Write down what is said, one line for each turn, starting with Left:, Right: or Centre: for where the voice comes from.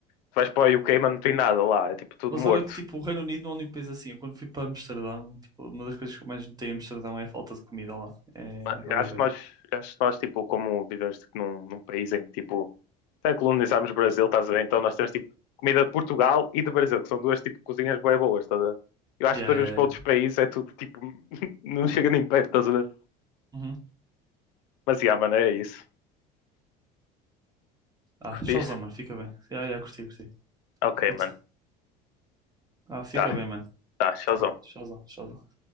Left: tu vais para o UK, mano, não tem nada lá, é tipo tudo
Right: Mas
Left: morto.
Right: olha que tipo, o Reino Unido não é um país assim. Eu, quando fui para Amsterdão, tipo, uma das coisas que eu mais notei em Amsterdão é a falta de comida lá. É
Left: Mano,
Right: qualquer
Left: eu Acho
Right: coisa.
Left: que nós, acho que nós tipo, como vivemos tipo, num, num país em que, tipo, até colonizámos o Brasil, estás a ver? Então nós temos, tipo, comida de Portugal e do Brasil, que são duas, tipo, cozinhas bué boas, estás a ver? Eu acho
Right: Yeah,
Left: que depois
Right: yeah,
Left: vemos para
Right: yeah.
Left: outros países, é tudo, tipo, <laughs> não chega nem perto, estás a ver?
Right: Uhum.
Left: Mas, yeah, mano, é isso.
Right: Ah,
Left: Curtiste?
Right: showzão, mano, fica bem. Yeah, yeah, curti, curti.
Left: Ok,
Right: Puta.
Left: mano.
Right: Ah, fica
Left: Tá,
Right: bem, mano.
Left: tá, showzão.
Right: Tá, showzão, showzão.